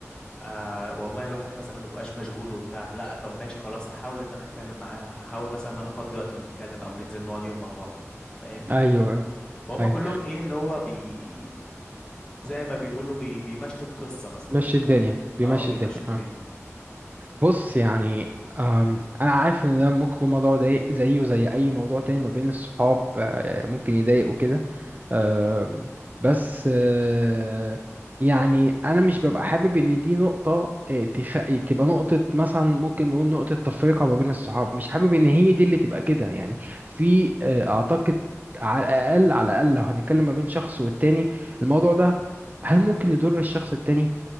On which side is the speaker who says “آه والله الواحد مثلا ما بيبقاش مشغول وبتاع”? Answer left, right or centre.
Left